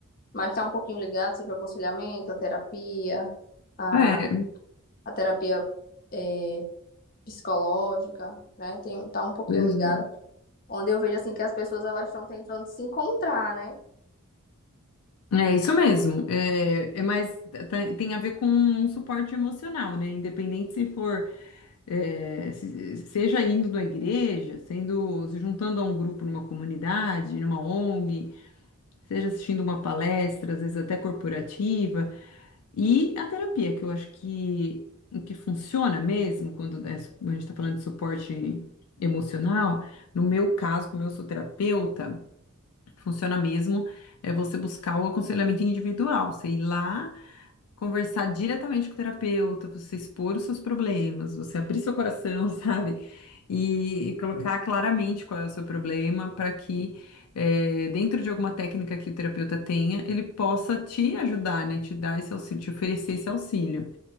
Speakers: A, on the left; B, on the left.
A: Mas tá um pouquinho ligado, seja o aconselhamento, a terapia, a,
B: É,
A: a terapia é, psicológica, né? Tem, tá um pouquinho
B: pois
A: ligada,
B: é.
A: onde eu vejo assim que as pessoas elas estão tentando se encontrar, né?
B: É isso mesmo. É, é mais tem tem a ver com um suporte emocional, né? Independente se for é, se- seja indo na igreja, sendo se juntando a um grupo numa comunidade, numa ONG, seja assistindo uma palestra, às vezes até corporativa. E a terapia, que eu acho que o que funciona mesmo, quando é su- a gente está falando de suporte emocional, no meu caso, como eu sou terapeuta, funciona mesmo é você buscar o aconselhamento individual, você ir lá conversar diretamente com o terapeuta, você expor os seus problemas, você abrir seu coração, <laughs> sabe? E, e colocar claramente qual é o seu problema para que, eh, dentro de alguma técnica que o terapeuta tenha, ele possa te ajudar, né? Te dar esse auxílio, te oferecer esse auxílio.